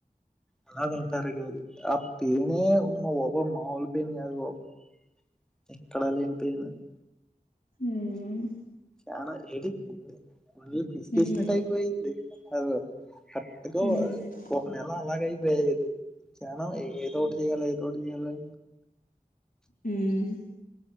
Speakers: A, in the centre; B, on the left (about 65°).
A: అలాగుంటారు గాదు అప్ తేనే అమ్మవో <unintelligible> ఓ మామూలు పెయిన్ గాదు ఓ పే ఎక్కడా లేని పెయిన్ ఉంది
B: ఉమ్మ్
A: చానా ఏటి గుడ్ విన్ ఫుల్లీ పిసికేసినట్టు
B: ఉమ్
A: అయిపోయింది అదుగో కరెట్గా
B: ఉమ్
A: ఓ ఒక నెల అలాగ అయిపోయింది జనం ఏదో ఇగాల ఏదొఒకటి చెయ్యాలని
B: మ్మ్